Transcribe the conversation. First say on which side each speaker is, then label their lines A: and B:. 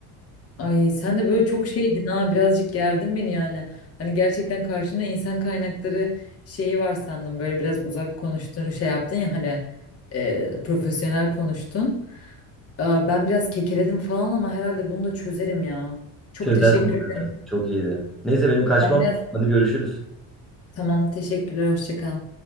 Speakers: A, on the left (about 40°); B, in the centre.
A: Ay sen de böyle çok şeydin ha birazcık gerdin beni yani. Hani gerçekten karşında insan kaynakları şeyi var sandım. Böyle biraz uzak konuştun şey yaptın ya hani e, profesyonel konuştun. Aa, ben biraz kekeledim falan ama herhalde bunu da çözerim ya. Çok
B: Çözersin,
A: teşekkür
B: çözersin.
A: ederim.
B: Çok iyiydi. Neyse benim kaçmam
A: Ben biraz
B: lazım. Hadi görüşürüz.
A: tamam teşekkürler hoşça kal.